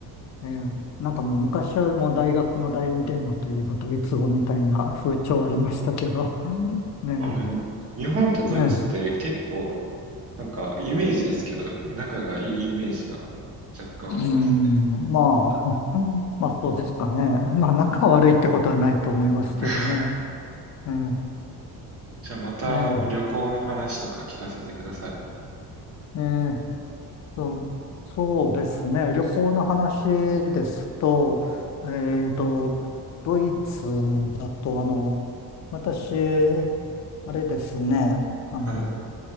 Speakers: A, on the left; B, on the right.
A: ええ、なんかもう昔はもう大学の第二言語といえばドイツ語みたいな風潮ありましたけど、<laughs> ね
B: あら、に日本とドイツって結構、
A: え、ね
B: なんか、イメージですけど、仲がいいイメージが若干ありますね。
A: え、うん、まあ、<laughs> まあそうですかね。まあ仲悪いってことはないと思いますけどね。
B: <laughs>
A: ええ、
B: じゃあ、また、
A: え
B: あの、旅行の話とか聞かせてください。
A: え、ええそうそうですね。旅行の話ですと、えっと、ドイツだとあの、私、あれですね、あの、
B: はい、